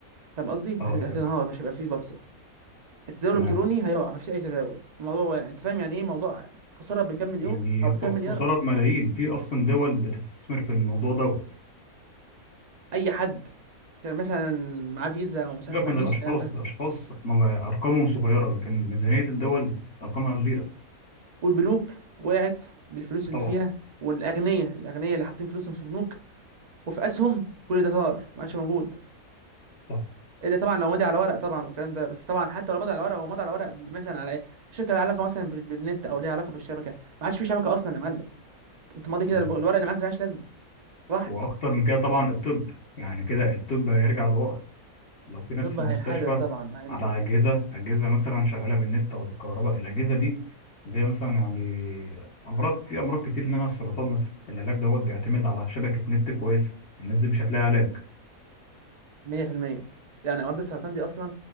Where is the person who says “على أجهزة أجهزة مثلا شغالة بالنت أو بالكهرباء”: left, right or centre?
Left